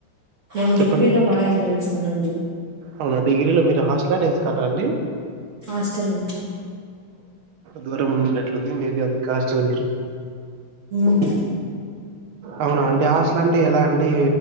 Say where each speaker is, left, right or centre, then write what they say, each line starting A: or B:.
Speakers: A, on the right; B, on the right.
A: నేను
B: చెప్పండి
A: డిగ్రీలో బా ఎంజాయ్ చేసానండి
B: అవునా డిగ్రీలో మీరు హాస్టలా డేస్ కాలరాఅండి
A: హాస్టల్ అండి
B: దూరం ఉనట్లుంది మేబీ అందికీ హాస్టల్ మీరు
A: హ్మ్
B: అవునా అంటే హాస్టల్ అంటే ఎలా అండి